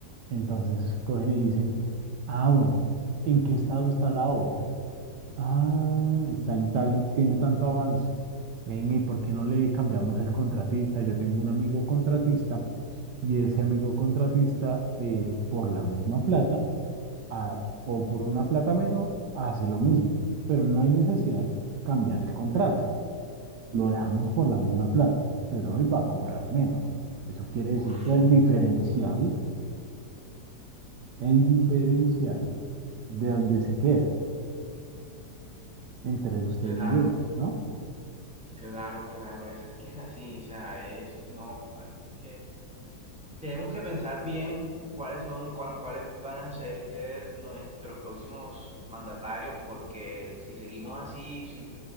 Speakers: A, on the right; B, in the centre.
A: entonces cogen y dicen, ah, bueno, ¿en qué estado está la obra? Ah, está en tal, tiene tanto avance. Venga, ¿y por qué no le cambiamos el contratista? Yo tengo un amigo contratista y ese amigo contratista, eh, por la misma plata a- o por una plata menor, hace lo mismo, pero no hay necesidad de cambiar el contrato. Lo dejamos por la misma plata, pero él va a cobrar menos. Eso quiere decir
B: Uf,
A: que el diferencial, el diferencial de donde se queda entre usted
B: claro,
A: y yo, ¿no?
B: claro, claro. Eso es que es así, o sea, es, no, maldito, Tenemos que pensar bien cuáles son, cuál- cuáles van a ser nuestros próximos mandatarios, porque si seguimos así, si,